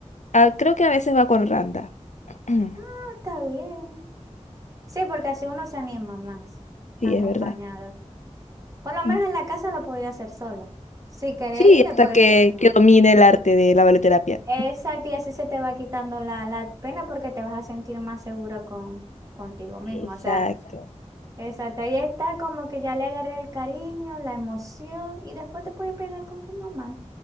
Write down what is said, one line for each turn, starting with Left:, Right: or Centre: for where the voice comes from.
Left: Ah, creo que a veces va con Randa. <clears throat>
Right: Ah, está bien. Sí, porque así uno se anima más,
Left: Sí,
Right: acompañada.
Left: es verdad.
Right: Por lo menos
Left: Mm.
Right: en la casa lo podía hacer sola. Si queréis,
Left: Sí,
Right: le
Left: hasta
Right: puedo
Left: que,
Right: decir también.
Left: que domine el arte de la baloterapia
Right: Exacto, y así se te va quitando la, la pena porque te vas a sentir más segura con, contigo mismo.
Left: Exacto.
Right: O sea, exacto. Y está como que ya le agarré el cariño, la emoción, y después te puedes pegar con tu mamá.